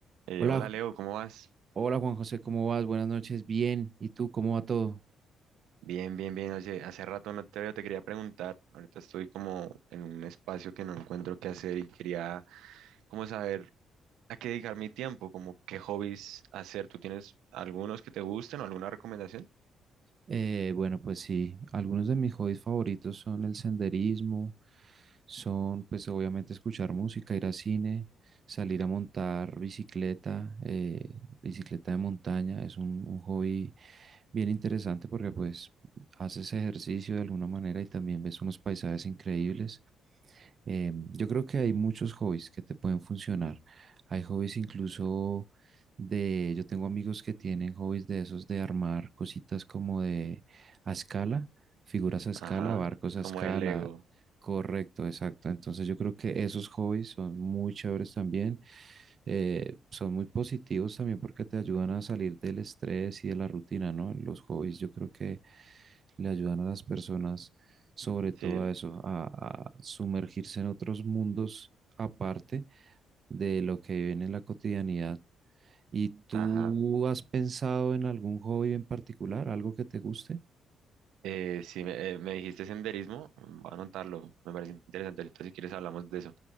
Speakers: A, on the right; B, on the right.
A: Eh,
B: Hola,
A: hola
B: Ju-
A: Leo, ¿cómo vas?
B: hola Juan José, ¿cómo vas? Buenas noches, bien. ¿Y tú, cómo va todo?
A: Bien, bien, bien. Oye, hace rato no te veo, te quería preguntar. Ahorita estoy como en un espacio que no encuentro qué hacer y quería como saber a qué dedicar mi tiempo, como qué hobbies hacer. ¿Tú tienes algunos que te gusten o alguna recomendación?
B: Eh, bueno, pues sí, algunos de mis hobbies favoritos son el senderismo, son pues obviamente escuchar música, ir a cine, salir a montar bicicleta, eh, bicicleta de montaña, es un, un hobby bien interesante porque pues haces ejercicio de alguna manera y también ves unos paisajes increíbles. Eh, yo creo que hay muchos hobbies que te pueden funcionar. Hay hobbies incluso de, yo tengo amigos que tienen hobbies de esos de armar cositas como de a escala, figuras a escala,
A: Ajá,
B: barcos a
A: como
B: escala.
A: el Lego.
B: Correcto, exacto. Entonces yo creo que esos hobbies son muy chéveres también. eh, son muy positivos también porque te ayudan a salir del estrés y de la rutina, ¿no? Los hobbies yo creo que le ayudan a las personas, sobre todo
A: Sí,
B: a eso, a, a sumergirse en otros mundos aparte de lo que viven en la cotidianidad. ¿Y tú
A: ajá.
B: has pensado en algún hobby en particular, algo que te guste?
A: Eh, sí, me, eh, me dijiste senderismo, mm, voy a anotarlo, me parece interesante. Ahorita si quieres hablamos de eso.